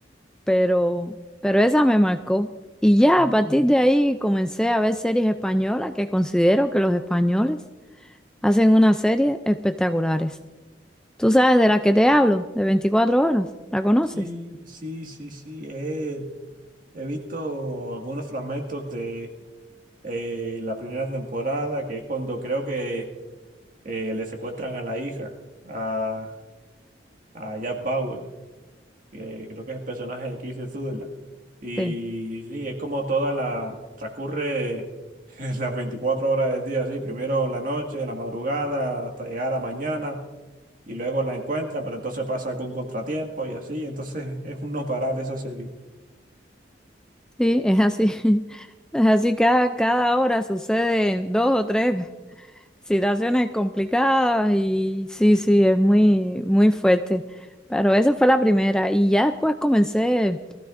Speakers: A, in the centre; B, on the right.
A: pero, pero esa me marcó. Y ya
B: mm.
A: a partir de ahí comencé a ver series españolas que considero que los españoles hacen unas series espectaculares. Tú sabes de la que te hablo, de 24 horas. ¿La conoces?
B: Sí, sí, sí, sí. He, he visto algunos fragmentos de eh, la primera temporada, que es cuando creo que eh, le secuestran a la hija, a, a Jack Bauer. que creo que es el personaje de Keith Sutherland. Y
A: Sí,
B: sí, es como toda la, transcurre <laughs> las 24 horas del día, sí, primero la noche, la madrugada, hasta llegar a la mañana, y luego la encuentran, pero entonces pasa algún contratiempo y así, entonces <laughs> es un no parar esa serie.
A: sí, es así. <laughs> Es así, cada, cada hora suceden dos o tres <laughs> situaciones complicadas y sí, sí, es muy, muy fuerte. Pero esa fue la primera. Y ya después comencé